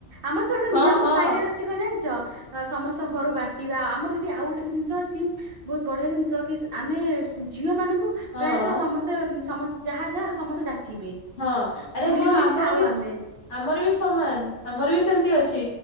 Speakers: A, on the right; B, on the left.
A: ଆମର ତ ଗୋଟେ
B: ହଁ
A: ନିୟମ
B: ହଁ
A: ସାଇରେ ଅଛି କଣ ଜାଣିଛ। ଅ ସମସ୍ତଙ୍କ ଘରୁ ବାଣ୍ଟିବା ଆମର ଏଠି ଆଉ ଗୋଟେ ବି ଜିନିଷ ଅଛି। ବହୁତ ବଢିଆ ଜିନିଷ କି ଆମେ ଝିଅ ମାନଙ୍କୁ ପ୍ରାୟତଃ
B: ହଁ
A: ସମସ୍ତେ ଯାହା ଯାହାର ସମସ୍ତେ ଡାକିବେ।
B: ହଁ ଆରେ
A: ବୁଲି
B: ହଁ
A: ବୁଲିକି
B: ଆମର
A: ଖାଉ
B: ବି
A: ଆମେ
B: ଆମର ବି ସମାନ ଆମର ବି ସେମିତି ଅଛି।